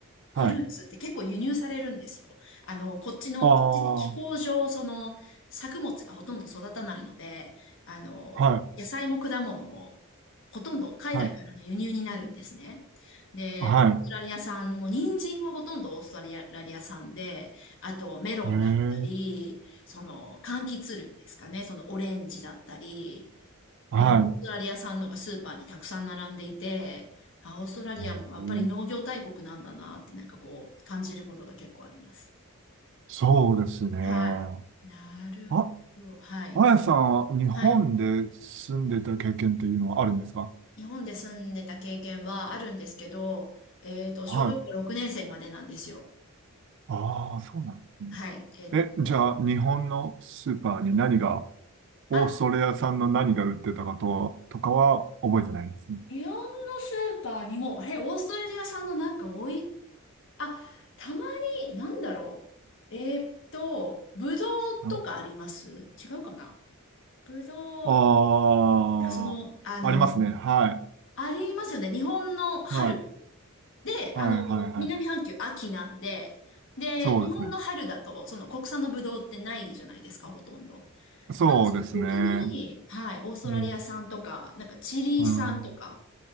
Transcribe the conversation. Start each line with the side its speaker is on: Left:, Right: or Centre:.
Left: フルーツって結構輸入されるんですよ。
Right: い。はい。
Left: あの、こっちの、
Right: ああ、
Left: こっちって気候上、
Right: は
Left: その、作物がほとんど育たないので、あの、
Right: い。
Left: 野菜も果物も、ほとんど海外からの輸入になるんですね。
Right: はい。
Left: で、
Right: は
Left: オーストラリア産も、人参はほとんどオーストラリア産で、あとメロンだったり、
Right: い。ええ、
Left: その、柑橘類ですかね、そのオレンジだったり、
Right: は
Left: もうオーストラリア産のがスーパーにたくさん並んでいて、あ、オーストラリアもやっぱり農業大国なんだなってなんかこう感じることが結構あります。
Right: い。ええそうですね。
Left: はい。なるほど。
Right: あ、
Left: はい。
Right: あやさんは日本で住んでた経験っていうのはあるんですか
Left: はい。日本で住んでた経験はあるんですけど、えっと、小学校6年生までなんですよ。
Right: はい。ああ、そうなんですね。
Left: はい。えっと、
Right: え、じゃあ、日本のスーパーに何が、オーストラリア産の何が売ってたかと、
Left: あ、
Right: とかは覚えてないんですね。
Left: 日本のスーパーにも、あれ、オーストラリア産のなんか多い、あ、たまに、なんだろう。えっと、ぶどうとかあります違うかな
Right: あ
Left: ぶどう、
Right: あー、
Left: なんかその、あの、
Right: ありますね。はい。
Left: ありますよね。日本の春。
Right: はい。
Left: で、
Right: はい、
Left: あの、
Right: はい、はい。
Left: 南半球秋なんで、で、
Right: そうですね。
Left: 日本の春だと、その国産のブドウってないじゃないですか、ほとんど。
Right: そうですね。
Left: なんかその時に、はい、オーストラリア産とか、
Right: うん。
Left: なんかチリ産とか
Right: うん。